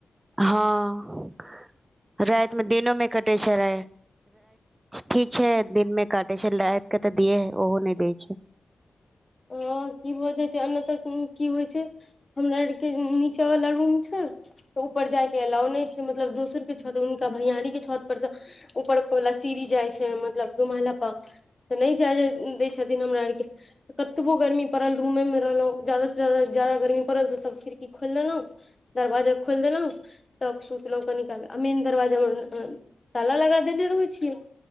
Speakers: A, on the right (about 30°); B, on the left (about 25°).
A: हँ रैतमे दिनोमे कटै छै रा ठीक छै दिनमे काटे छै रैत के तऽ दियै ओहो नै दै छै
B: ह की भऽ जाइ छै एने तक की होइ छै हमरा आर के नीचा वाला रूम छै तऽ ऊपर जायके अलाव नै छै मतलब दोसरके छत हुनका भैयारी के छत परर उपरकला सिरी जाइ छै मतलब दुमाहला प तऽ नै जाय दै छथिन हमरा आरके कतबो गर्मी पड़ल रूमे मे रहलहुँ ज्यादास से जााददा ज्यादा गर्मी पड़ल तऽ सभ खिड़की खोइलि देलौ दरवाजा खोइल देलौ तब सोचलहुँ कनी काल आ मेन दरवाजामे ताला लगा देने रहै छियै